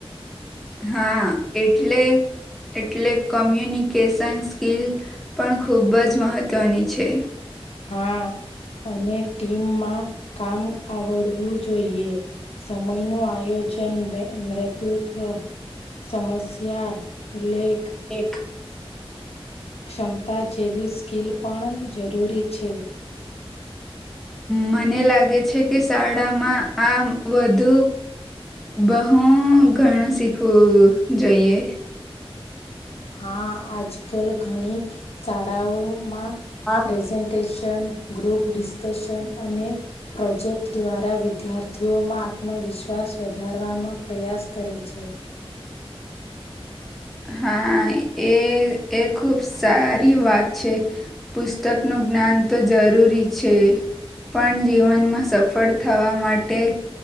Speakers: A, in the centre; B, on the left.
A: હા એટલે એટલે કોમ્યુનિકેશન સ્કીલ પણ ખૂબ જ મહત્વની છે
B: હા અને ટીમમાં કામ આવડવું જોઈએ સમય નું આયોજન નેતૃ નેતૃત્વ સમસ્યા ઉલ્લેખ
A: એક
B: ક્ષમતા જેવી સ્કિલ પણ જરૂરી છે
A: મને લાગે છે કે શાળામાં આ વધુ બહું ઘણું શીખવું જોઈએ
B: હા આજ કાલ ઘણી શાળાઓમાં
A: હા
B: પ્રેઝન્ટેશન ગ્રુપ ડિસ્કશન અને પ્રોજેક્ટ દ્વારા વિદ્યાર્થીઓમાં આત્મવિશ્વાસ વધારવામાં પ્રયાસ કરે છે
A: હા એ એ ખુબ સારી વાત છે પુસ્તકનું જ્ઞાન તો જરૂરી છે પણ જીવનમાં સફળ થવા માટે